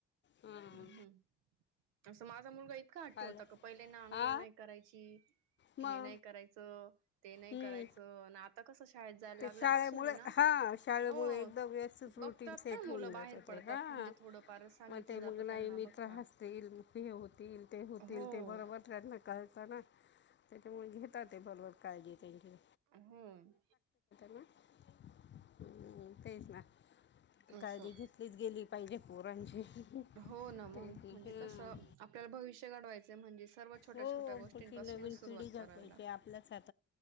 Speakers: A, on the left; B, on the right.
A: हां
B: हम्. असं माझा मुलगा ही इतका हट्टी
A: आलं
B: होता की, का पहिले ना आंघोळ
A: आ
B: नाही करायची.
A: मग
B: हे नाही करायचं, ते नाही
A: हम्म
B: करायचं, आणि आता कसं. शाळेत जायला लागल्यापासून
A: ते शाळेमुळे
B: आहे ना
A: हा शाळेमुळे
B: हो
A: एकदम व्यस्थित रुटीन
B: बघतात
A: सेट
B: ना
A: होऊन
B: मुलं बाहेर
A: जात
B: पडतात
A: ते हा
B: म्हणजे थोडंफार सांगितलं
A: मग ते
B: जातं
A: मग नाही
B: त्यांना
A: मित्र
B: बघतात.
A: हसतील हे होतील ते होतील
B: हो.
A: ते बरोबर त्यांना कळत ना. त्याच्यामुळे घेतात ते बरोबर काळजी त्यांची.
B: हम.
A: हम् तेच ना.
B: असं.
A: काळजी घेतलीच गेली पाहिजे पोरांची तेच
B: हो ना मग
A: ना
B: म्हणजे
A: हां
B: कसं आपल्याला भविष्य घडवायचं म्हणजे सर्व छोट्या-छोट्या
A: हो
B: गोष्टींपासूनच
A: पण ती नवीन
B: सुरुवात
A: पिढी जगवायची
B: करावी लागते.
A: आपल्याच